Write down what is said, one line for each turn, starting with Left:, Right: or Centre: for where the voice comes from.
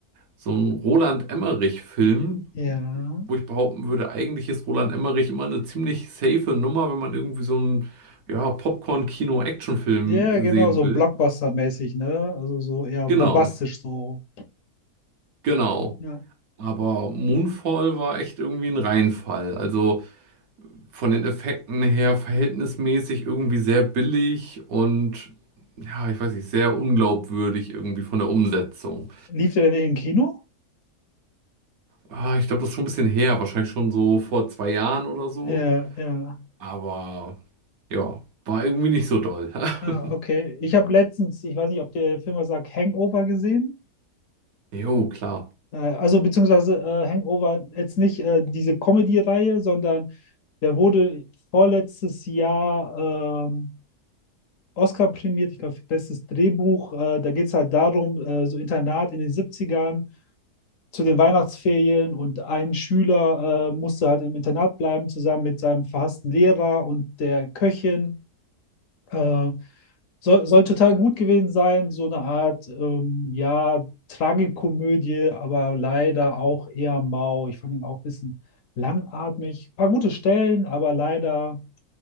Right: so ein Roland Emmerich-Film,
Left: ja.
Right: wo ich behaupten würde, eigentlich ist Roland Emmerich immer eine ziemlich safe Nummer, wenn man irgendwie so einen, ja, Popcorn-Kino-Actionfilm
Left: Ja, genau,
Right: sehen
Left: so ein
Right: will.
Left: Blockbuster-mäßig, ne? Also so eher
Right: Genau,
Left: bombastisch so.
Right: genau.
Left: Ja.
Right: Aber Moonfall war echt irgendwie ein Reinfall. Also von den Effekten her verhältnismäßig irgendwie sehr billig und ja, ich weiß nicht, sehr unglaubwürdig irgendwie von der Umsetzung.
Left: Lief der denn im Kino?
Right: Ah, ich glaube, das ist schon ein bisschen her, wahrscheinlich schon so vor zwei Jahren oder so.
Left: Ja, ja.
Right: Aber ja, war irgendwie nicht so doll.
Left: Ah,
Right: <laughs>
Left: okay. Ich habe letztens, ich weiß nicht, ob der Film was sagt, Hangover gesehen.
Right: Jo, klar.
Left: Äh, also beziehungsweise äh, Hangover jetzt nicht äh, diese Comedy-Reihe, sondern der wurde vorletztes Jahr ähm, Oscar prämiert, ich glaube, bestes Drehbuch. Äh, da geht es halt darum, äh, so Internat in den Siebzigern zu den Weihnachtsferien und ein Schüler äh, musste halt im Internat bleiben, zusammen mit seinem verhassten Lehrer und der Köchin. Äh, soll, soll total gut gewesen sein, so eine Art, ähm, ja, Tragikomödie, aber leider auch eher mau. Ich fand ihn auch ein bisschen langatmig. Paar gute Stellen, aber leider,